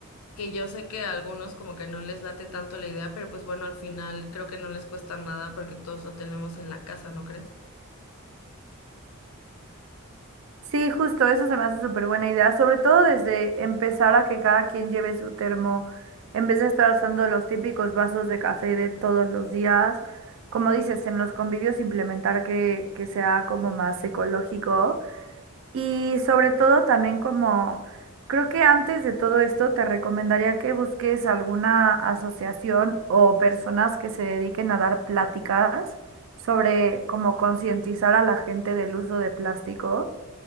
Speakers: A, on the left; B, on the right.
A: que yo sé que a algunos como que no les late tanto la idea, pero pues bueno, al final creo que no les cuesta nada porque todos lo tenemos en la casa, ¿no crees?
B: Sí, justo, eso se me hace súper buena idea, sobre todo desde empezar a que cada quien lleve su termo, en vez de estar usando los típicos vasos de café de todos los días, como dices, en los convivios implementar que, que sea como más ecológico. Y sobre todo también como, creo que antes de todo esto te recomendaría que busques alguna asociación o personas que se dediquen a dar pláticas sobre cómo concientizar a la gente del uso de plástico,